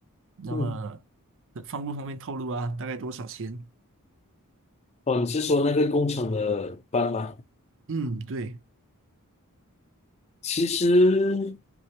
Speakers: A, on the right; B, on the left.
A: 那么呃方不方便透露啊？
B: 嗯，
A: 大概多少钱？
B: 哦，你是说那个工厂的班吗？
A: 嗯，对，
B: 其实